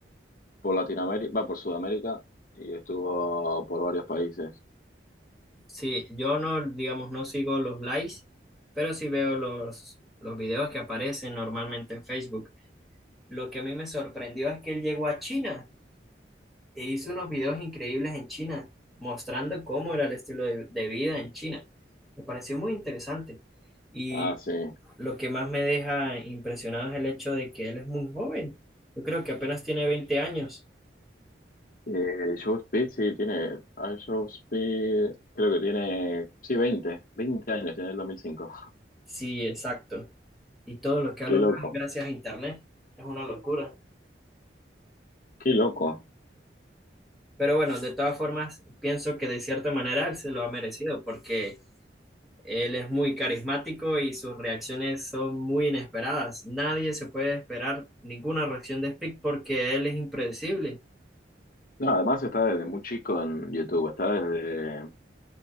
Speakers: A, on the left; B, in the centre.
A: por Latinoamérica, va por Sudamérica y estuvo por varios países.
B: Sí, yo no, digamos, no sigo los likes, pero sí veo los, los videos que aparecen normalmente en Facebook. Lo que a mí me sorprendió es que él llegó a China e hizo unos videos increíbles en China, mostrando cómo era el estilo de de vida en China. Me pareció muy interesante. Y
A: Ah, sí.
B: Lo que más me deja impresionado es el hecho de que él es muy joven. Yo creo que apenas tiene veinte años.
A: Eh, Joe Speed, sí, tiene. ah, Joe Speed, creo que tiene. Sí, veinte 20 años, tiene el dos mil cinco
B: Sí, exacto. Y todo lo que ha
A: Qué
B: logrado
A: loco,
B: gracias a Internet es una locura.
A: qué loco.
B: Pero bueno, de todas formas, pienso que de cierta manera él se lo ha merecido porque él es muy carismático y sus reacciones son muy inesperadas. Nadie se puede esperar ninguna reacción de Speak porque él es impredecible.
A: No, además está desde muy chico en YouTube. Está desde.